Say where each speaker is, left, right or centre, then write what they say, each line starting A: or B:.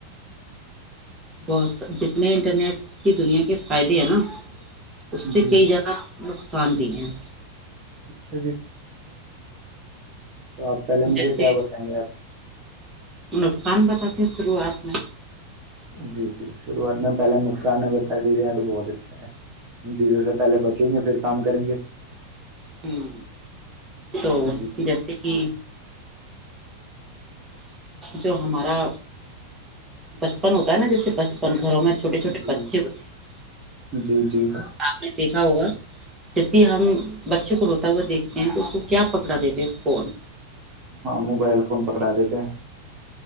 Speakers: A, on the right; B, on the right.
A: بہت س جتنے انٹرنیٹ کی دنیا کے فائدے ہیں نا اس سے
B: جی
A: کئی زیادہ نقصان بھی ہیں
B: اچھا جی <unintelligible> تو آپ پہلے مجھے
A: جیسے
B: کیا بتائیں گے آپ
A: نقصان بتاتی ہیں شروعات میں
B: جی جی س گنے پہے نقصان ہے بتا درے تو بہت اچھا ہے ان چیزوں سے پہلے بچیں گے پھر کام کریں گے
A: ہوں تو
B: جی جی
A: جیسے کہ جو ہمارا بچپن ہوتا ہے نا جیسے بچپن اپ گھروں میں چھوٹے چھوٹے
B: جی
A: بچے ہوتے ہیں
B: جی جی
A: آپ نے دیکھا ہوگا جب بھی ہم بچے کو روتا ہوا دیکھتے ہیں تو اس کو کیا پکڑا دیتے ہیں فون
B: ہاں موبائل فون پکڑا دیتے ہیں